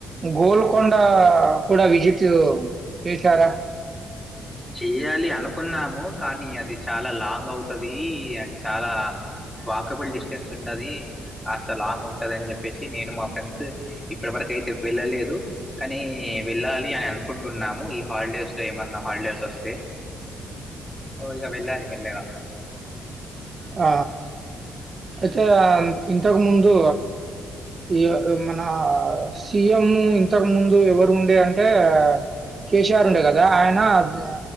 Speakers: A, on the right (about 35°); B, in the centre.
A: గోల్కొండ కూడా విజిట్ చేసారా
B: చెయ్యాలి అనుకున్నాము కానీ అది చాలా లాంగ్ అవుతది అండ్ చాలా వాకబుల్ డిస్టెన్స్ ఉండది కాస్త లాంగ్ ఉంటది అని చెప్పేసి నేను మా ఫ్రెండ్స్ ఇప్పటి వరకు అయితే వెళ్ళలేదు కానీ వెళ్ళాలి అని అనుకుంటున్నాము ఈ హాలిడేస్ లో ఏమన్నా హాలిడేస్ వస్తే సో ఇక వెళ్ళాలి మెల్లగా
A: ఆ అయితే ఇంతకు ముందు ఇగ మన సి ఎం ఇంతకు ముందు ఎవరు ఉండే అంటే టే కే సీ ఆర్ ఉండే కదా ఆయన అబ్జా